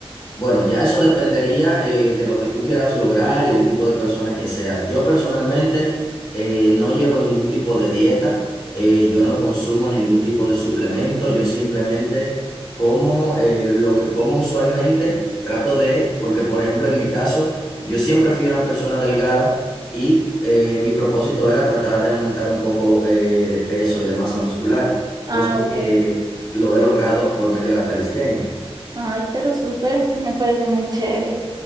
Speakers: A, on the left; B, on the right.
A: Bueno, ya eso dependería eh, de lo que tú quieras lograr y del tipo de persona que seas. Yo personalmente eh, no llevo ningún tipo de dieta, eh, yo no consumo ningún tipo de suplemento, yo simplemente como eh, lo que como usualmente, trato de, porque por ejemplo en mi caso, yo siempre fui una persona delgada y eh, mi propósito era tratar de aumentar un poco eh, de peso y de masa muscular, cosa
B: Ah, ok.
A: que lo he logrado por medio de la calistenia.
B: Ay, pero súper, <laughs> me parece muy chévere.